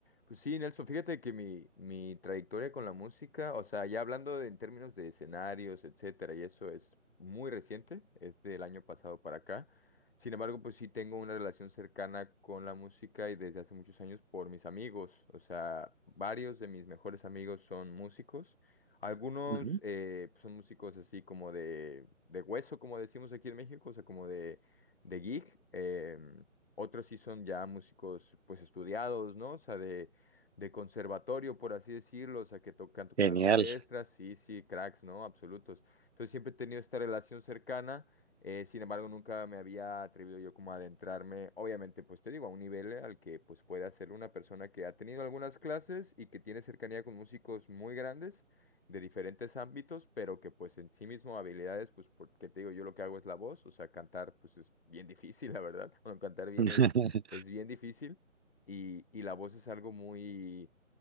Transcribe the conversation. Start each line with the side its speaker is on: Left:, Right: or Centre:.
Left: Pues sí, Nelson, fíjate que mi, mi trayectoria con la música, o sea, ya hablando de- en términos de escenarios, etcétera, y eso es muy reciente, es del año pasado para acá. Sin embargo, pues sí tengo una relación cercana con la música y desde hace muchos años por mis amigos. O sea, varios de mis mejores amigos son músicos. Algunos
Right: Ujú.
Left: eh, pues, son músicos así como de, de hueso, como decimos aquí en México, o sea, como de, de gig. em, otros sí son ya músicos pues estudiados, ¿no? O sea, de de conservatorio, por así decirlo, o sea, que to- que han tocado
Right: Genial.
Left: en orquestas, sí, sí, cracks, ¿no? Absolutos. Entonces siempre he tenido esta relación cercana, eh, sin embargo, nunca me había atrevido yo como a adentrarme, obviamente, pues te digo, a un nivel al que pues puede hacer una persona que ha tenido algunas clases y que tiene cercanía con músicos muy grandes de diferentes ámbitos, pero que pues en sí mismo habilidades, pues porque te digo, yo lo que hago es la voz, o sea, cantar pues es bien difícil, la verdad, <laughs> bueno, cantar bien
Right: <laughs>
Left: es, es bien difícil, y, y la voz es algo muy,